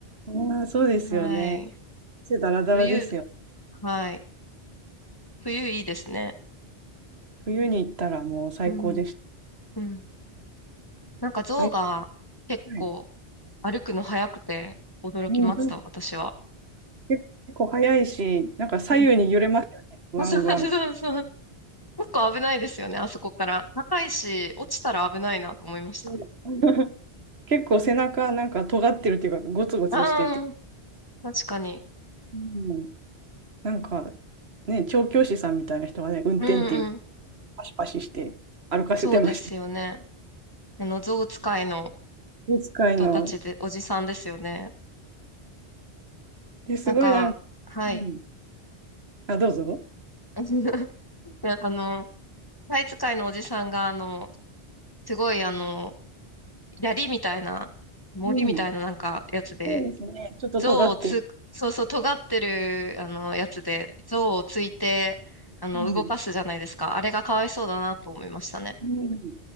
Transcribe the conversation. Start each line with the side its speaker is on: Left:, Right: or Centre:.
Right: ああ、そうですよね。
Left: はい。
Right: 汗だらだらですよ。
Left: 冬、はい。冬いいですね。
Right: 冬に行ったらもう最高でし
Left: うん。うん。なんか象が結構
Right: た。はい。はい
Left: 歩くの速くて驚きました、
Right: うん、そうです
Left: 私は。
Right: 結構早いし、なんか左右に揺れますよね。
Left: うん。<laughs>
Right: グワングワンみたい
Left: そうそうそう。結構危ないですよね、あそこから。高いし、落ちたら危ないなと思いましたね。
Right: な。うん <laughs> 結構背中なんか尖ってるっていうか、ゴツゴツしてて。
Left: ああ、確かに。
Right: うん、なんかね、調教師さんみたいな人がね、運転っていう
Left: うんうん。
Right: パシパシして歩かせてました。
Left: そうですよね。あの、象使いの
Right: お使いの。
Left: 人たちで、おじさんですよね。
Right: で、すごいなんか、
Left: なんか、はい。
Right: うん、あ、どうぞ。
Left: <laughs> いあの、タイ使いのおじさんが、あの、すごい、あの、槍みたいな、森みたいななんかやつで、
Right: うん、そうですね。ちょっと尖ってる。
Left: 象をつ、そうそう、尖ってる、あの、やつで、象をついて、あの、
Right: うん、
Left: 動かすじゃないですか。あれがかわいそうだなと思いましたね。
Right: うん